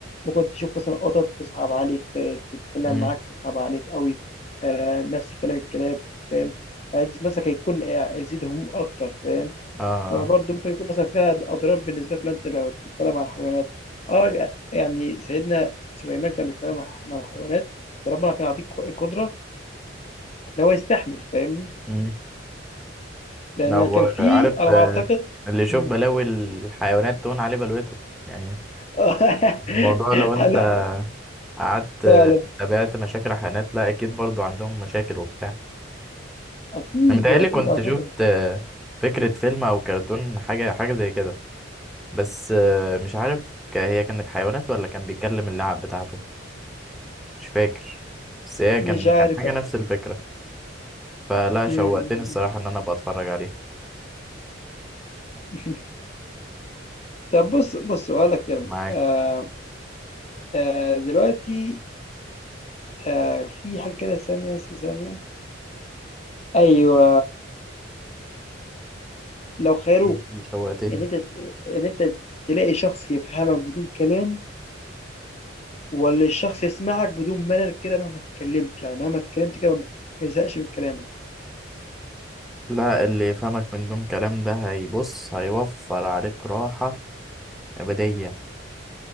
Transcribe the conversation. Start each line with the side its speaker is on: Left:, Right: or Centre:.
Left: ممكن تشوف مثلا قطط تصعب عليك ت- تتكلم
Centre: مم.
Left: معاك تصعب عليك قوي آه نفس كلام الكلاب فاهم فانت نفسك هيكون إيه، هيزيد هموم اكتر فاهم
Centre: اه
Left: فبرضه ممكن يكون مثلا فيها اضرار بالنسبه لك لو انت لو تتكلم عن الحيوانات اه يعني سيدنا سليمان كان بيتكلم مع مع الحيوانات بس ربنا كان عطيك قدره ان هو يستحمل فاهمني
Centre: مم.
Left: لان
Centre: لو
Left: كان في
Centre: عارف
Left: على
Centre: آه،
Left: ما اعتقد
Centre: اللي يشوف
Left: مم.
Centre: بلاوي الحيوانات تهون عليه بلوته يعني
Left: <laughs>
Centre: الموضوع لو انت
Left: هلا
Centre: قعدت آه،
Left: فعلا
Centre: تابعت مشاكل الحيوانات لا اكيد برضو عندهم مشاكل وبتاع
Left: اكيد
Centre: انا متهيألي
Left: اكيد
Centre: كنت
Left: على
Centre: شفت
Left: فكره
Centre: آه، فكرة فيلم او كرتون حاجة حاجة زي كده بس آه، مش عارف ك- هي كانت حيوانات ولا كان بيتكلم اللعب بتاعته مش فاكر بس هي
Left: مش
Centre: كان
Left: عارف
Centre: كان حاجة
Left: بقى
Centre: نفس الفكرة فلا شوقتني
Left: مم.
Centre: الصراحة
Left: مم،
Centre: ان انا ابقى اتفرج عليه
Left: مم. <laughs> طب بص بص اقول لك كلمه
Centre: معاك
Left: آه آه دلوقتي آه في حاجه كده ثانيه بس ثانيه ايوه لو خيروك
Centre: إيه، شوقتني
Left: ان انت ان انت تلاقي شخص يفهمك بدون كلام ولا الشخص يسمعك بدون ملل كده مهما اتكلمت يعني مهما اتكلمت كده ما يزهقش من كلامك
Centre: لا اللي يفهمك من دون كلام ده هيبص هيوفر عليك راحة أبدية